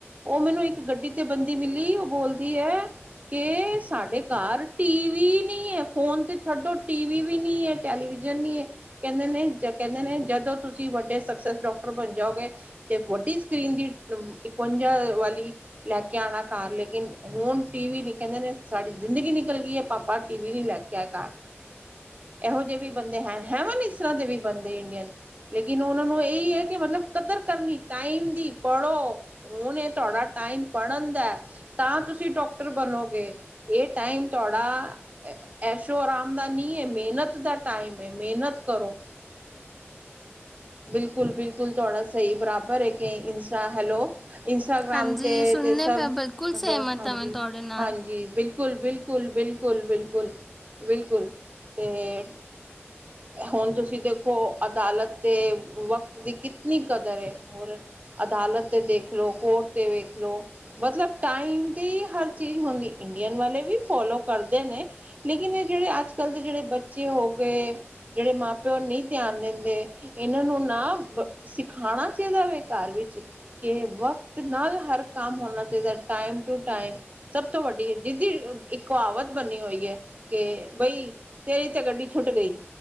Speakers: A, on the right (about 35°); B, in the centre.
A: ਓ ਮੈਨੂੰ ਇੱਕ ਗੱਡੀ ਤੇ ਬੰਦੀ ਮਿਲੀ ਓ ਬੋਲਦੀ ਐ ਕਿ ਸਾਡੇ ਘਰ ਟੀ ਵੀ ਨਈ ਐ ਫੋਨ ਤੇ ਛੱਡੋ ਟੀ ਵੀ ਨਈ ਐ। ਟੈਲੀਵਿਜ਼ਨ ਨੀ ਐ ਕੈਂਦੇ ਨੇ-ਕੈਂਦੇ ਨੇ ਜਦੋਂ ਤੁਸੀਂ ਵੱਡੇ ਸਕਸੈਸ ਡੋਕਟਰ ਬਨ ਜਾਓਗੇ ਤੇ ਵੱਡੀ ਸਕਰੀਨ ਦੀ ਇਕਵੰਜਾ ਵਾਲੀ ਲੈ ਕੇ ਆਣਾ ਘਰ ਲੇਕਿਨ ਹੁਣ ਟੀ ਵੀ ਨੀ ਕੈਂਦੇ ਨੇ ਸਾਡੀ ਜ਼ਿੰਦਗੀ ਨਿਕਲ ਗਈ ਐ ਪਾਪਾ ਪਰ ਟੀ ਵੀ ਨੀ ਲੈ ਕੇ ਆਏਗਾ। ਐਹੋ ਜੇ ਵੀ ਬੰਦੇ ਐ ਹੈਵਨ ਇਸ ਤਰ੍ਹਾਂ ਦੇ ਵੀ ਬੰਦੇ ਇੰਡੀਅਨ ਲੇਕਿਨ ਓਨਾਂ ਨੂੰ ਏਈ ਐ ਕਿ ਮਤਲਬ ਕਦਰ ਕਰਨੀ ਟਾਈਮ ਦੀ ਪੜ੍ਹੋ, ਹੁਨ ਏ ਤੁਆਡਾ ਟਾਈਮ ਪੜ੍ਹਨ ਦੈ। ਤਾਂ ਤੁਸੀਂ ਡੋਕਟਰ ਬਨੋਗੇ, ਏ ਟਾਈਮ ਤੁਆਡਾ ਐਸ਼ੋ ਆਰਾਮ ਦਾ ਨੀ ਏ ਮੇਹਨਤ ਦਾ ਟਾਈਮ ਏ ਮੇਹਨਤ ਕਰੋ। ਬਿਲਕੁੱਲ-ਬਿਲਕੁੱਲ ਤੁਆਡਾ ਸਈ ਬਰਾਬਰ ਐ ਕਿ ਇੰਸਟਾ ਹੈਲੋ ਇੰਸਟਾਗ੍ਰਾਮ
B: ਹਾਂਜੀ
A: ਤੇ-ਤੇ
B: ਸੁਣਨੇ
A: ਸਬ
B: ਪਿਆ ਬਿਲਕੁਲ ਸਹਿਮਤ
A: ਹਾਂਜੀ-ਹਾਂਜੀ
B: ਹਾਂ ਮੈਂ ਤੁਹਾਡੇ ਨਾਲ
A: ਬਿਲਕੁ ਬਿਲਕੁਲ-ਬਿਲਕੁਲ-ਬਿਲਕੁਲ-ਬਿਲਕੁਲ-ਬਿਲਕੁਲ। ਤੇ ਹੁਨ ਤੁਸੀਂ ਦੇਖੋ ਅਦਾਲਤ ਤੇ ਵਕ- ਵਕ਼ਤ ਦੀ ਕਿਤਨੀ ਕਦਰ ਐ ਹੋਰ ਅਦਾਲਤ ਤੇ ਦੇਖ ਲੋ ਕੋਰਟ ਤੇ ਵੇਖ ਲੋ ਮਤਲਬ ਟਾਈਮ ਦੀ ਹਰ ਚੀਜ਼ ਹੁੰਦੀ ਇੰਡੀਅਨ ਵਾਲੇ ਵੀ ਫੋਲੋ ਕਰਦੇ ਨੇ। ਲੇਕਿਨ ਏ ਜੇੜੇ ਅੱਜ-ਕੱਲ ਦੇ ਜੇੜੇ ਬੱਚੇ ਹੋ ਗਏ ਜੇੜੇ ਮਾਂ-ਪਿਓ ਨਈ ਧਿਆਨ ਦਿੰਦੇ, ਏਨਾਂ ਨੂੰ ਨਾ ਸਿਖਾਨਾ ਚਾਈਦਾ ਵੇ ਘਰ ਵਿੱਚ। ਕਿ ਵਕਤ ਨਾਲ ਹਰ ਕੰਮ ਹੋਨਾ ਚਾਈਦਾ ਟਾਈਮ-ਟੂ-ਟਾਈਮ। ਸਭ ਤੋਂ ਵੱਡੀ ਜਿਦੀ ਇੱਕ ਕਹਾਵਤ ਬਨੀ ਹੋਈ ਐ ਕਿ ਬਈ ਤੇਰੀ ਤੇ ਗੱਡੀ ਛੁੱਟ ਗਈ,